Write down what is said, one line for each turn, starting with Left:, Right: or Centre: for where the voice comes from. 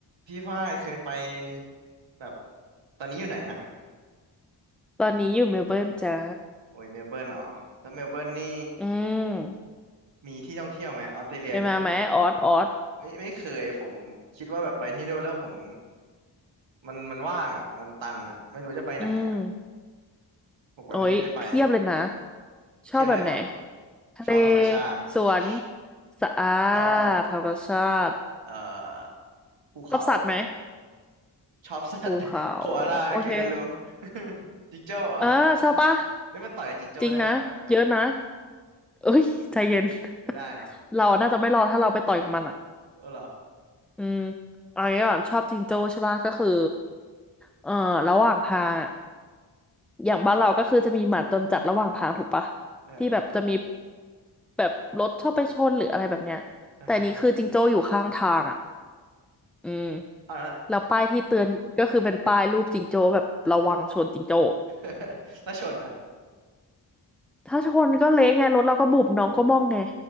Right: พี่ฝ้ายเคยไปแบบตอนนี้อยู่ไหนนะ
Centre: ตอนนี้อยู่เมลเบิร์นจ้า
Right: โอ้ยเมลเบิร์นเหรอแล้วเมลเบิร์นนี่
Centre: อืม
Right: มีที่ท่องเที่ยวไหมออสเตรเลียนี่ผม
Centre: เคยมาไหมออสออส
Right: ไม่ไม่เคยผมคิดว่าแบบไปที่นู่นแล้วผมมันมันว่างอ่ะมันตันอ่ะไม่รู้จะไปไหนอ่ะ
Centre: อืม
Right: ผมก็เลยไม่ได้ไป
Centre: โอ้ยเพียบเลยนะชอบแบบไหน
Right: เทียบเลยเหรอ
Centre: ทะเล
Right: ชอบธรรมชาติช
Centre: สวนสะอา
Right: ชอบ
Centre: ดธรรมชาติ
Right: เอ่อภูเขา
Centre: ชอบสัตว์ไหม
Right: ชอบสัตว์
Centre: ภูเขา
Right: <laughs> โคอาลาเคนการู
Centre: โอเค
Right: <laughs> จิงโจ้เหรอ
Centre: เออชอบปะ
Right: ไม่มันต่อยกับจิงโจ้ได้ปะไม่อยากรู้
Centre: จริงนะเยอะนะเอ้ยใจเย็น <laughs>
Right: ไม่ได้เนาะ
Centre: เราน่าจะไม่รอดถ้าเราไปต่อยกับมันอ่ะ
Right: เออเหรอ
Centre: อืมเอางี้ก่อนชอบจิงโจ้ใช่ปะก็คือเอ่อระหว่างทางอะ อย่างบ้านเราก็คือจะมีหมาจรจัดระหว่างทางถูกปะ
Right: เออ
Centre: ที่แบบจะมีแบบรถชอบไปชนหรืออะไรแบบเนี้ยแต่อันนี้คือจิงโจ้อยู่ข้างทางอ่ะ
Right: อ่าฮะอ่าฮะ
Centre: อืม
Right: เอาละ
Centre: แล้วป้ายที่เตือนก็คือเป็นป้ายรูปจิงโจ้แบบระวังชนจิงโจ้
Right: <laughs> แล้วชนล่ะ
Centre: ถ้าชนก็เละไงรถเราก็บุบน้องก็ม่องไง